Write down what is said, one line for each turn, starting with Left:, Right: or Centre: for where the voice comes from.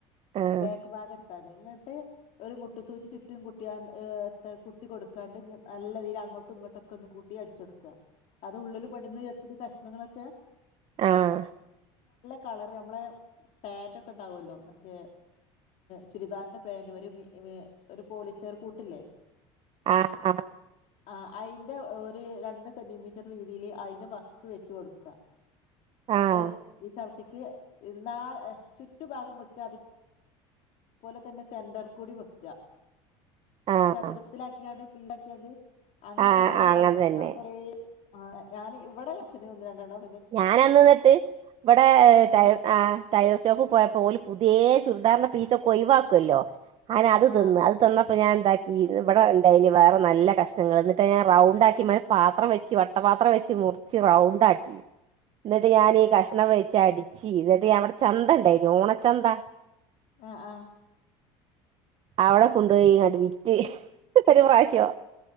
Right: ആഹ്
Left: ബേക്കബാഗ തണങ്ങട്ട് ഒരു മുട്ടു സൂച്ച്ി ചുറ്റും കുട്ടിയ കുത്തി കൊടുക്കാണ്ട് നല്ല രീതിയിൽ അങ്ങോട്ടും ഇങ്ങോട്ടുംൊക്കെ ഒന്ന് കൂട്ടി അടിച്ച കൊടുക്കുക അത് ഉള്ളിൽ പെടുന്നത്തി കഷ്ടം കുത്രങ്ങളൊക്കെയ
Right: ആഹ
Left: കളർ നമ്മളെ പാൻറ് ഒക്കെ ഉണ്ടാാവുമല്ലോ മറ്റേ ചുരിദാറിൻ്ന്റെ പാാന്റ് വരെ ഇ ഒരു പോലീസ്ുകാർ കൂട്ടില്ലേ
Right: ആഹ ആഹ്
Left: ആ അതിറെ ഒരു രണ്ട് സെന്റിമീറ്റർ രീതിയില് അതിറെ വക്ക് വെച്ച് കൊടുക്കുക നമ്മള്
Right: ആഹ്
Left: ഈ ചവിട്ടി ാ ചുറ്റുപാഗുമ്പക്ക അത് അപോലെ തന്നെ സെന്റർ കുടിമക്
Right: ആഹ്
Left: ചതുരത്തിലാക്കിയാണ് പിക്കെ അങ്ങ വെച്ചാ
Right: ആഹ്
Left: നല്ല
Right: അങ്ങനെ
Left: പണ്ടാവും
Right: തന്നെ
Left: ഞാൻ കൊറ ആ ഞാൻ ഇവിടെ അച്ഛന് ഒന്നി രണ്ടണ്ണം
Right: ഞാൻന്ന്ന്നിട്ട് ഇവിടെട
Left: ഏഹ്
Right: ആ ടയർ ോക്ക് പോയപ്പോല പുതിയ ചുറദാർണ പീസ കൊയി വക്കല്ലോ അങ്ങന അത്
Left: ആഹ്
Right: തിന്നന്ന് അത് തൊന്ന അപ്പൊ ഞാൻ എന്താക്കി ഇവിടെ ഇണ്ടായിന് വേറെ നല്ല കഷ്ണങ്ങൾ എന്നിട്ട് ഞാൻ റൗണ്ട് ആാക്കി പാത്രം വെച്ച് വട്ടപാത്രം വെച്ച് മുറിിച്ചച്ച് റൗണ്ട ആാക്കി എന്നിട്ട് ഞാൻീഈ
Left: ഏഹ്
Right: കഷ്ണം വഴിച്ച അടിിച്ചു ചീ ഇതട്ട അവിടെ ചന്ത ഉണ്ടായിരുന്നു ഓണച്ചന്ത
Left: ആഹ ആഹ
Right: അവിടെ കൊണ്ടുപോയി കടിവിറ്റ് പ്രാവശ്യോ